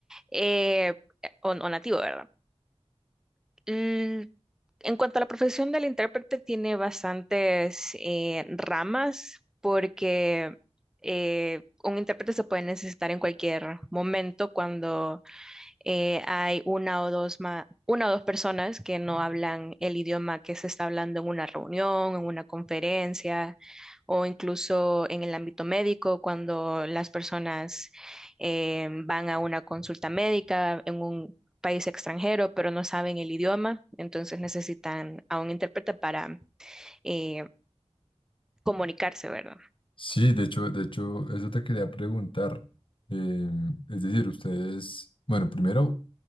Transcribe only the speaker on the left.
Sí, de hecho, de hecho, eso te quería preguntar. Em, es decir, ustedes, bueno, primero,